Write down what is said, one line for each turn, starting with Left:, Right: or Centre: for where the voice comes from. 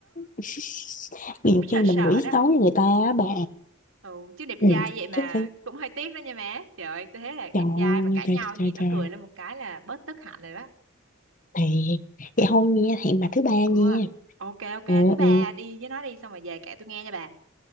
Left: <laughs>
Right: tôi
Left: Nhiều
Right: cũng sợ
Left: khi mình
Right: sợ
Left: nghĩ
Right: đó
Left: xấu với người ta á bà.
Right: ừ chứ đẹp
Left: Ừ,
Right: trai vậy mà
Left: chắc phải.
Right: cũng hơi tiếc đó nha má trời ơi tôi thấy là
Left: Trời
Right: đẹp trai
Left: ơi,
Right: mà cãi
Left: trời,
Right: nhau
Left: trời,
Right: nhìn nó
Left: trời.
Right: cười lên một cái là bớt tức hạnh rồi đó
Left: Thì vậy thôi nha, hẹn bà thứ ba
Right: ừ
Left: nha.
Right: ok ok
Left: Ừ,
Right: thứ ba
Left: ừ.
Right: đi với nó đi xong rồi về kể tôi nghe nha bà